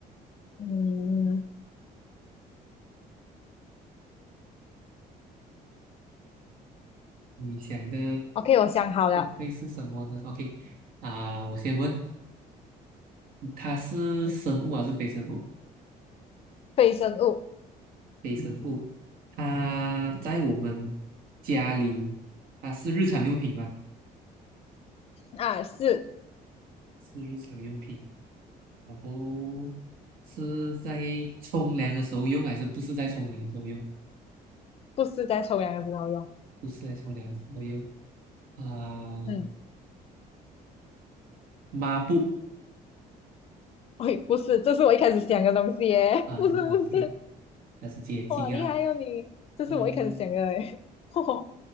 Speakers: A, on the left; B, on the right.
A: 嗯
B: 你想的
A: ，OK，我想好了，
B: 会会是什么呢？OK 啊、我先问，它是生物还是非生物？
A: 嗯，非生物
B: 非生物，它在我们家里，它是日常用品吧？
A: 啊，是
B: 是日常用品，然后是在冲凉的时候用，还是不是在冲凉的时候用？
A: 不是在冲凉的时候用？
B: 不是在冲凉的时候用啊、
A: 嗯。
B: 抹布
A: 喂，不是，这是我一开始想的东西耶，
B: 啊，
A: <laughs> 不是不是，
B: 对，OK，那是洁净啊，
A: 哇，厉害哟、你，这是我一开始想的哎，
B: 嗯，
A: <laughs> 哦